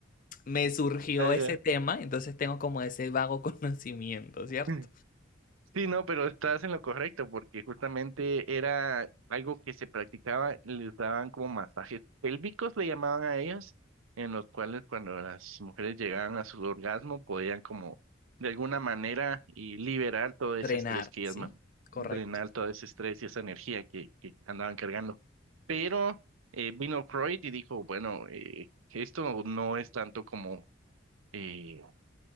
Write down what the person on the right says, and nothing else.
Ajá.
<laughs>
Sí, no, pero estás en lo correcto, porque justamente era algo que se practicaba, les daban como masajes pélvicos, le llamaban a ellos, en los cuales cuando las mujeres llegaban a su orgasmo podían como de alguna manera y liberar todo ese
estrés que
ellas, man-
drenar todo ese estrés y esa energía que, que andaban cargando. Pero eh, vino Freud y dijo, bueno, eh, esto no es tanto como eh,